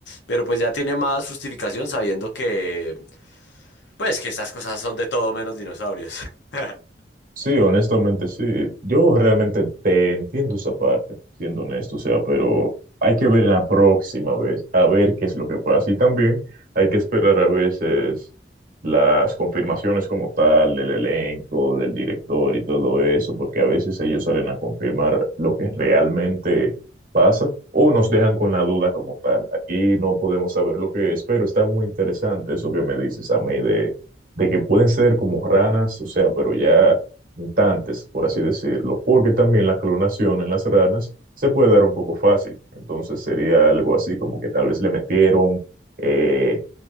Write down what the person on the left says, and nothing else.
pero pues ya tiene más justificación sabiendo que, pues que estas cosas son de todo menos dinosaurios. <laughs>